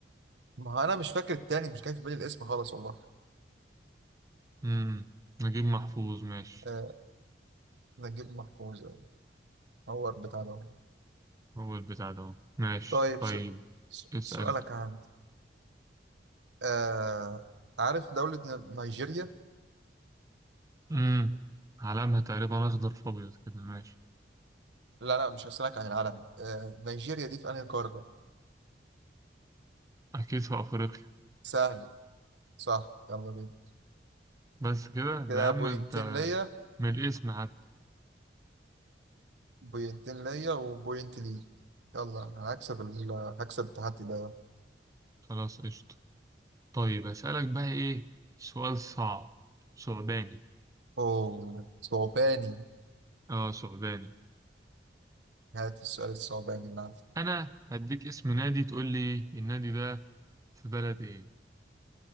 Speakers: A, on the right (about 85°); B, on the right (about 20°).
A: ما هو انا مش فاكر التاني مش جاي في بالي الاسم خالص والله
B: امم نجيب محفوظ ماشي
A: آه نجيب محفوظ أيوة. هو البتاع ده
B: هو البتاع ده اهو ماشي
A: طيب
B: طيب
A: س... س...
B: اسأل
A: سؤالك عن آه عارف دوله ن- نيجيريا
B: امم علامها تقريبا أخضر في أبيض كده ماشي
A: لا لا مش هسألك عن العالم آه نيجيريا دي في انهي قاره
B: أكيد في أفريقيا
A: سهله صح يلا بينا
B: بس كده ده
A: كده
B: يا عم
A: بوينتين
B: أنت
A: ليا
B: من الاسم حتى
A: بوينتين ليا وبوينت ليك يلا انا هكسب ال... هكسب التحدي ده
B: خلاص قشطة طيب أسألك بقى إيه سؤال صعب ثعباني
A: اوه صعباني
B: اه ثعباني
A: هات السؤال الصعباني اللي عندك
B: انا هديك اسم نادي تقول لي النادي ده في بلد ايه